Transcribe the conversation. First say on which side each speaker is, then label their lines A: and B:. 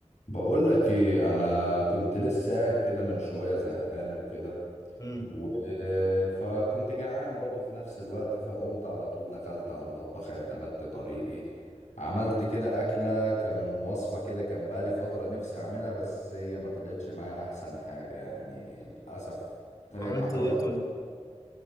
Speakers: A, on the left (about 80°); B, on the left (about 30°).
A: بقول لك ايه انا كنت لسه قاعد كده من شويه زهقان وكده
B: امم
A: و... فكنت جعان برضو في نفس الوقت فقمت على طول دخلت على المطبخ اعتمدت طريقي عملت كده اكله كان وصفه كده كان بقالي فتره نفسي اعملها بس هي ما طلعتش معايا احسن حاجه يعني للاسف طلعت
B: عملت
A: محروقه
B: ايه
A: شويه
B: طيب